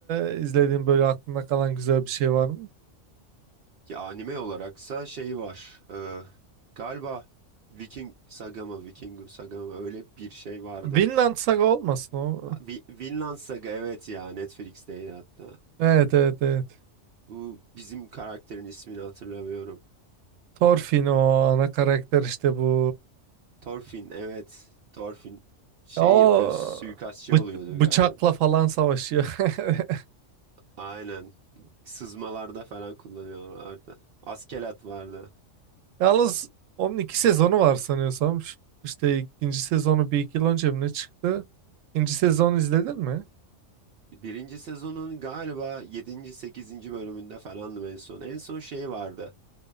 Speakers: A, on the right (about 85°); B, on the right (about 60°).
A: eee, izlediğin böyle aklında kalan güzel bir şey var mı?
B: Ki anime olaraksa şey var. e, galiba Viking Sagama, Vikingu Sagama öyle bir şey vardı.
A: Vinland Saga olmasın o.
B: Vi Vinland Saga evet ya Netflix'teydi hatta.
A: Evet evet evet.
B: Bu bizim karakterin ismini hatırlamıyorum.
A: Thorfinn o ana karakter işte bu.
B: Thorfinn evet Thorfinn şey
A: O
B: yapıyor suikastçı
A: bı-
B: oluyordu
A: bıçakla
B: galiba.
A: falan savaşıyor. <laughs>
B: Aynen sızmalarda falan kullanıyorlardı. Askelat vardı.
A: Yalnız onun iki sezonu var sanıyorsam. Ş- İşte ikinci sezonu bir iki yıl önce mi ne çıktı? İkinci sezonu izledin mi?
B: Birinci sezonun galiba yedinci sekizinci bölümünde falandım en son. En son şey vardı.